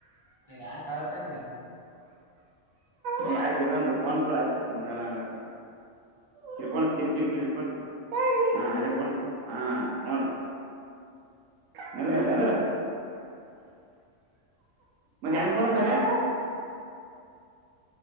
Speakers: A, on the left; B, on the right.
A: ಯಾಕ ಅಳತಾನ್ ಅಲ್ಲ
B: ನೀ ಆಯ್ತು ಇದಂದ ಪ ಫುಳ ಆಯ್ತು ಹಂಗಲ್ಲ ಹಂಗಾರ ಕಿರಿಪಣ ಕಿರಿ ಕಿರಿ ಕಿರಿಪ ಹಾ ಅರೆೇ ಫೋನ್ ಇಸಗೋ ಹಾ ನೋಡ ನಿಂದರ್ ನಿಂದರ್ ಮತ್ತೆಯಾನ್ ಕೊಡಸಾರೆ